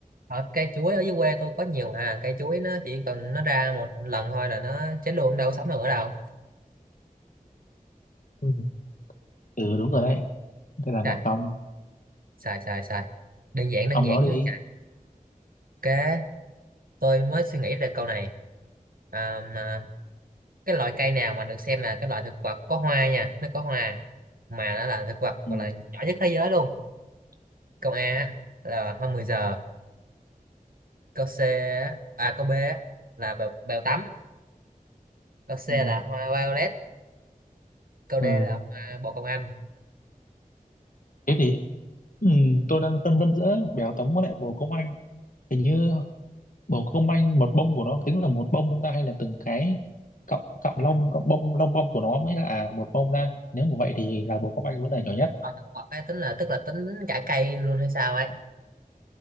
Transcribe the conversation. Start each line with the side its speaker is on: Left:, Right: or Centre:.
Right: Ở cây chuối ở dưới quê tôi có nhiều à, cây chuối nó chỉ cần nó ra một lần thôi là nó chết luôn đâu có sống được ở đâu.
Left: ừ. ừ đúng rồi đấy đây là
Right: À,
Left: một không
Right: sai sai sai đơn giản đơn
Left: ông
Right: giản
Left: đó đi
Right: chứ chạy ok tôi mới suy nghĩ ra câu này à, mà cái loại cây nào mà được xem là cái loại thực vật có hoa nha nó có hoa mà nó là thực vật
Left: ừ.
Right: gọi là nhỏ nhất thế giới luôn câu A á, là hoa 10 giờ câu C á- à câu B á, là bèo, bèo tắm câu C
Left: Ừ.
Right: là hoa violet câu
Left: ừ.
Right: D là hoa bồ công anh
Left: thế thì ừ, tôi đang phân vân giữa béo tấm với lại bồ công anh hình như bồ công anh một bông của nó tính là một bông không ta hay là từng cái cọng cọng lông cọng bông lông bông của nó mới là à, một bông ta nếu mà vậy thì là bồ công anh vẫn là nhỏ nhất
Right: tính loại thực vật ấy, tính là tức là tính cả cây luôn hay sao ấy